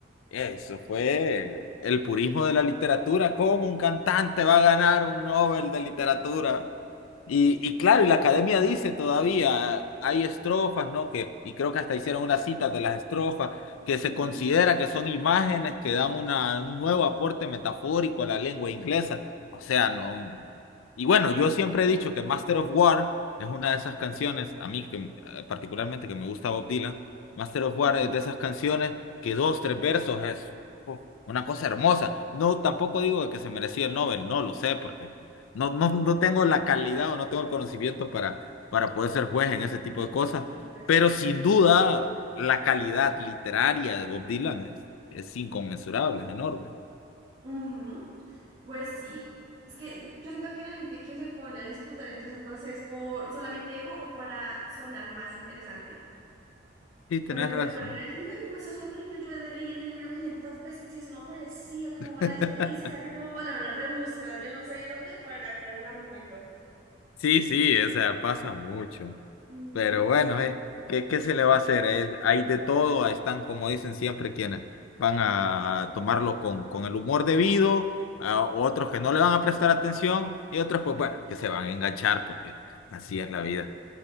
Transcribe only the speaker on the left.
eso fue el purismo de la literatura. ¿Cómo un cantante va a ganar un Nobel de literatura? Y, y claro, y la academia dice todavía, hay estrofas, ¿no? Que, y creo que hasta hicieron una cita de las estrofas, que se
considera que son imágenes que dan una, un nuevo aporte metafórico a la lengua inglesa. O sea, no. Y bueno, yo siempre he dicho que Master of War es una de esas canciones, a mí que, eh, particularmente que me gusta Bob Dylan, Master of
War es de esas canciones que dos, tres versos es uf, una cosa hermosa. No, tampoco digo que se merecía el Nobel, no lo sé, porque no, no, no tengo la calidad o no tengo el conocimiento para, para poder ser juez en ese
tipo de cosas,
pero sin
duda la calidad literaria de Bob Dylan es, es inconmensurable, es enorme.
Sí, tenés
razón.
<laughs>
Sí, sí, o sea, pasa mucho.
Pero bueno, eh, ¿qué, qué se le va a hacer? Es- hay de todo, ahí están, como dicen siempre, quienes van a tomarlo con, con el humor debido, a otros que no le van a prestar atención y otros, pues bueno, que se van a enganchar porque así es la vida.